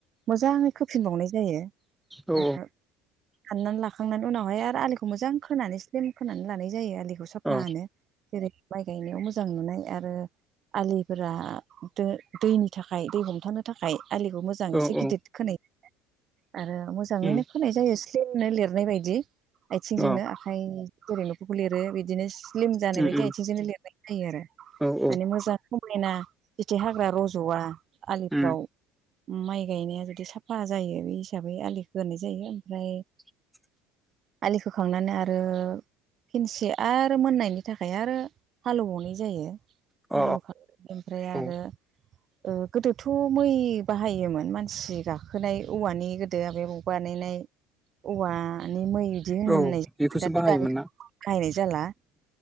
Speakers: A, on the right; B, in the centre.
A: मोजाङै होफिनबावनाय जायो
B: औ
A: ओ फाननानै लाखांनानै उनावहाय आरो आलिखौ मोजां खोनानै स्लिम खोनानै लानाय जायो आलिखौ साफानो।
B: औ अ
A: जेरै माइ गायनायाव मोजां नुनाय आरो आलिफोरा दो दैनि थाखाय दै हमथानो थाखाय आलिखौ मोजां
B: औ
A: एसे गिदिर
B: औ
A: खोना जायो आरो मोजां मोजाङैनो
B: उम
A: फोनाय जायो स्लिमनो लिरनाय बायदि आथिंजोंनो
B: अ
A: आखाइ जरै न'फोरखौ लिरो बिदिनो स्लिम जानाय
B: उम
A: बायदि
B: उम
A: आथिंजोंनो लिरनाय जायो आरो
B: औ औ
A: माने मोजां समायना बिदि हाग्रा रज'आ आलिफ्राव।
B: उम
A: माइ गायनाया जुदि साफा जायो बे हिसाबै आलिखौ खोहोनाय जायो ओमफ्राय
B: <inaudible>
A: आलि खोखांनानै आरो खिनसे आरो मोननायनि थाखाय आरो हालेवबावनाय जायो।
B: अ
A: हालेव खा ओमफ्राय आरो
B: औ
A: ओ गोदोथ' मै बाहायोमोन मानसि गाखोनाय औवानि दा बेयाव बानायनाय औवानि मै बिदि होन
B: औ बेखौसो
A: <unintelligible>
B: बाहायोमोन ना
A: नायनाय जाला